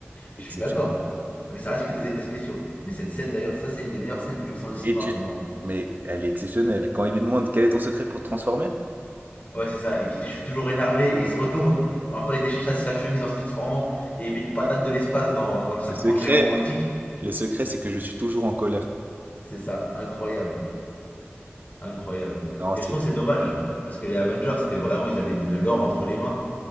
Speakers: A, on the right; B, on the left.
A: c'est
B: Je
A: exceptionnel.
B: suis d'accord, mais ça reste que des effets spéciaux. Mais cette scène d'ailleurs, ça, c'est une des meilleures scènes de l'histoire du cinéma
A: Et tu...
B: pour moi.
A: Mais elle est exceptionnelle. Quand il lui demande quel est ton secret pour te transformer?
B: Ouais, c'est ça, et qui dit je suis toujours énervé, et il se retourne. En même temps, il déchire sa, sa chemise en se transformant, et il met une patate de l'espace dans, dans le serpent
A: Le secret.
B: géant robotique.
A: Le secret, c'est que je suis toujours en colère.
B: C'est ça, incroyable. incroyable.
A: Non,
B: Et
A: c'est...
B: je trouve que c'est dommage. Parce que les Avengers, c'était vraiment, ils avaient de l'or entre les mains.